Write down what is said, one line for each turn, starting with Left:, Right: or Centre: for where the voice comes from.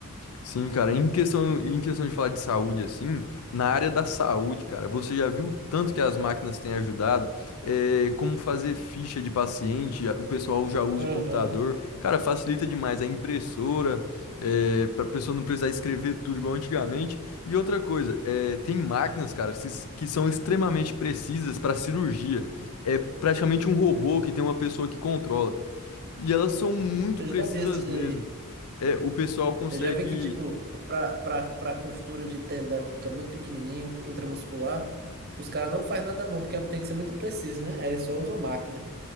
Left: Sim, cara, em questão, em questão de falar de saúde, assim, na área da saúde, cara, você já viu o tanto que as máquinas têm ajudado? É, como fazer ficha de paciente, a- o pessoal já usa
Right: Aham.
Left: o computador. Cara, facilita demais a impressora, é, para pessoa não precisar escrever tudo igual antigamente. E outra coisa, é, tem máquinas, cara, que, s- que são extremamente precisas para cirurgia. É praticamente um robô que tem uma pessoa que controla. E elas são muito
Right: Eu
Left: precisas
Right: já vi esse
Left: mesmo.
Right: daí.
Left: É, o pessoal consegue.
Right: Eu já vi que, tipo, pra, pra, pra costura de tendão, que é muito pequenininho, intramuscular, os caras não fazem nada à mão, porque tem que ser muito preciso, né? Aí eles só usam máquina.